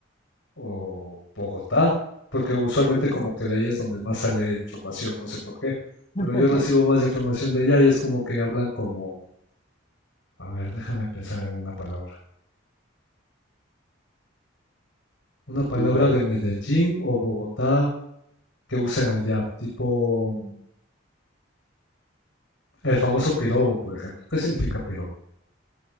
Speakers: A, on the left (about 70°); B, on the left (about 35°).
A: o Bogotá, porque usualmente
B: Sí.
A: como que de ahí es donde más sale información, no sé por qué. Pero
B: <laughs>
A: yo recibo más información de allá y es como que hablan como, a ver, déjame pensar en una palabra. Una palabra
B: Sí, la...
A: de Medellín o Bogotá que usen allá, tipo... El famoso pirobo, por ejemplo. ¿Qué significa pirobo?